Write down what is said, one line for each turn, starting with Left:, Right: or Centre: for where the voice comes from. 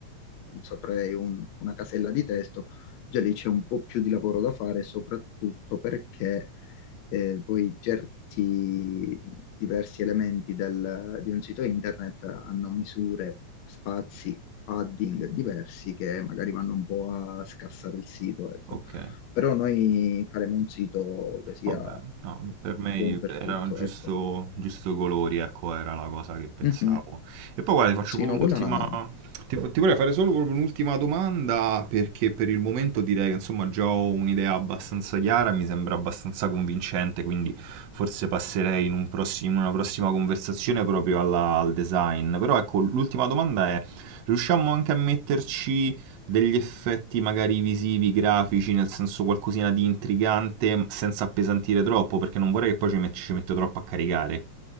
Left: non saprei, un- una casella di testo già lì c'è un po' più di lavoro da fare, soprattutto perché eh, poi certi diversi elementi del- di un sito internet hanno misure, spazi, padding diversi che magari vanno un po' a scassare il sito, ecco.
Right: ok.
Left: Però noi faremo un sito che sia
Right: Vabbè, no, per me
Left: buon per
Right: erano
Left: tutto,
Right: giusto,
Left: ecco.
Right: giusto colori, ecco, era la cosa che pensavo.
Left: Mhm.
Right: E poi guarda, ti faccio
Left: Sì,
Right: proprio
Left: no, quella
Right: un'ultima...
Left: è una
Right: Ti, ti vorrei fare solo proprio un'ultima domanda perché per il momento direi che insomma già ho un'idea abbastanza chiara, mi sembra abbastanza convincente, quindi forse passerei in, un prossi- in una prossima conversazione proprio alla- al design. Però ecco, l'ultima domanda è, riusciamo anche a metterci degli effetti magari visivi, grafici, nel senso qualcosina di intrigante senza appesantire troppo, perché non vorrei che poi ci, met- ci metto troppo a caricare.